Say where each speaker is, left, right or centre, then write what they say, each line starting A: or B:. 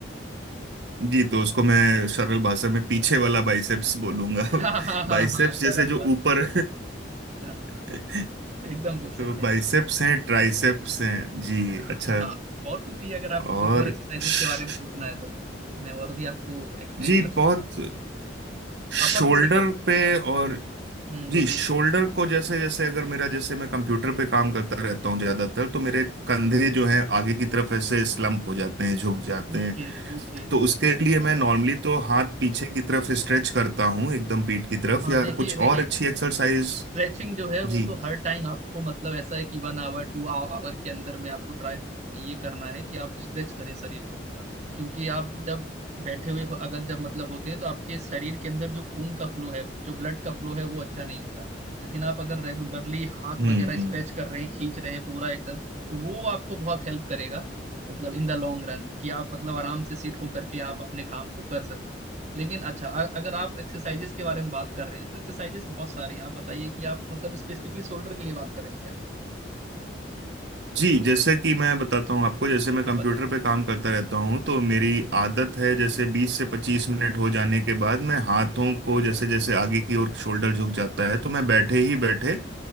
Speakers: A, on the right (about 70°); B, on the right (about 40°).
A: जी तो उसको मैं सरल भाषा में पीछे वाला बाइसेप्स बोलूंगा
B: <laughs>
A: <laughs>
B: हाँ हाँ हाँ
A: बाइसेप्स
B: हाँ सरल
A: जैसे जो
B: भाषा
A: ऊपर
B: हाँ
A: <laughs>
B: एकदम बोल सकते
A: तो बाइसेप्स
B: हैं
A: हैं ट्राइसेप्स हैं जी अच्छा
B: जी हाँ और पूछिए अगर आपको
A: और
B: कुछ और एक्सरसाइजेस
A: श-
B: के बारे में पूछना है तो मैं और भी आपको एक्सप्लेन
A: जी
B: कर सकता
A: बहुत
B: हूँ
A: शोल्डर
B: अपर बॉडी का है
A: पे
B: ना
A: और
B: हम्म बोलिए
A: जी शोल्डर
B: बोलिए
A: को जैसे जैसे अगर मेरा जैसे मैं कंप्यूटर पे काम करता रहता हूँ ज्यादातर तो मेरे कंधे जो हैं आगे की तरफ ऐसे स्लम्प हो जाते हैं झुक जाते
B: ओके
A: हैं
B: ओके
A: तो
B: समझ
A: उसके लिए मैं
B: रहा
A: नॉर्मली
B: हूँ
A: तो हाथ पीछे की तरफ स्ट्रेच करता हूँ एकदम पीठ की तरफ
B: हाँ
A: या
B: देखिए
A: कुछ
B: देखिए
A: और अच्छी एक्सरसाइज
B: स्ट्रेचिंग जो है वो
A: जी
B: तो हर टाइम आपको मतलब ऐसा है कि वन आवर टू आवर के अंदर में आपको ट्राई ये करना है कि आप स्ट्रेच करें शरीर को पूरा क्योंकि आप जब बैठे हुए हो- अगर जब मतलब होते हैं तो आपके शरीर के अंदर जो खून का फ्लो है जो ब्लड का फ्लो है वो अच्छा नहीं होता है लेकिन आप अगर रेगुलरली हाथ
A: हम्म
B: वगैरह स्ट्रेच
A: हम्म।
B: कर रहे हैं खींच रहे हैं पूरा एकदम तो वो आपको बहुत हेल्प करेगा मतलब इन द लॉन्ग रन कि आप मतलब आराम से सीट हो करके आप अपने काम को कर सकें लेकिन अच्छा अ- अगर आप एक्सरसाइजेस के बारे में बात कर रहे हैं तो एक्सरसाइजेस बहुत सारे हैं आप बताइए कि आप मतलब स्पेसिफिकली शोल्डर के लिए बात कर रहे हैं क्या
A: जी जैसे कि मैं बताता हूँ आपको जैसे मैं कंप्यूटर
B: आप बताइए
A: पे काम करता रहता हूँ तो मेरी आदत है जैसे 20 से 25 मिनट हो जाने के बाद मैं हाथों को जैसे जैसे आगे की ओर शोल्डर झुक जाता है तो मैं बैठे ही बैठे